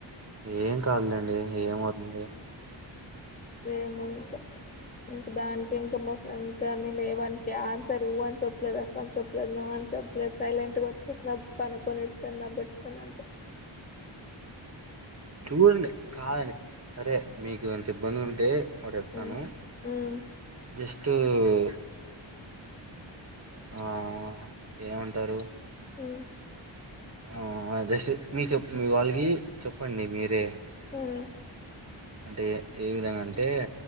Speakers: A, on the right; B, on the left.
A: ఏం కాదులే అండి. ఏం అవుతుంది?
B: ఏమో ఇంకా. ఇంకా దానికి ఇంకా మా ఫ్రెండ్స్ కానీ, నేను. వానికే ఆన్సరు ఊ అని చెప్పలేదు. అసలు చెప్పలేదు, నో అని చెప్పలేదు. సైలెంట్‌గా వచ్చేసిన పనుకొని ఏడుస్తున్నా బెడ్ పైన అంతా.
A: చూడండి, కాదనక. సరే, మీకు అంత ఇబ్బంది ఉం. టే. ఒకటి జెప్తాను
B: ఉమ్ ఉమ్
A: జస్ట్. కిందికి పోయిరు. ఆ ఏమంటారు?
B: ఉమ్
A: ఆ జస్ట్ నీ చెప్, మీ వాళ్లకి చెప్పండి మీరే.
B: హ్మ్.
A: అంటే ఏ విధంగా అంటే?